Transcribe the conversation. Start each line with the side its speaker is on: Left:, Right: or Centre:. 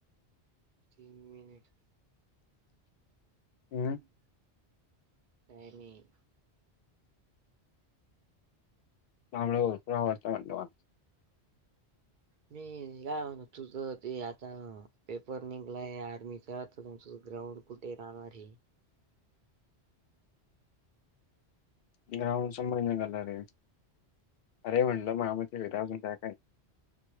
Right: तीन मिनिट
Left: हम्म.
Right: काय नाही
Left: तांबड <unintelligible> आवडत म्हटलं मला
Right: मी गावाहून तुझं ते आता पेपर निघलाय आर्मीचा तर तुमच ग्राउंड कुठे राहणार आहे?
Left: ग्राउंड समोर निघालं रे अरे म्हणलं माया मित्र <unintelligible> काय